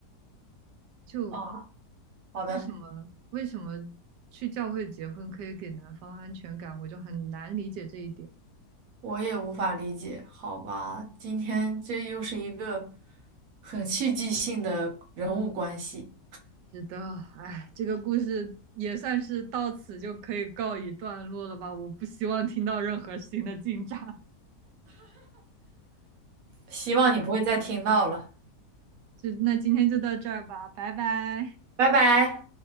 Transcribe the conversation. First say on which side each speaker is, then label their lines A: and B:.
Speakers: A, on the right (about 85°); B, on the right (about 60°).
A: 就
B: 啊，好的，
A: 为什么为什么去教会结婚可以给男方安全感，我就很难理解这一点。
B: 我也无法理解，好吧，今天这又是一个很戏剧性的人物关系，
A: 知道，哎，这个故事也算是到此就可以告一段落了吧？我不希望听到任何新的进展。
B: 希望你不会再听到了，
A: 就那今天就到这儿吧，拜拜。
B: 拜拜。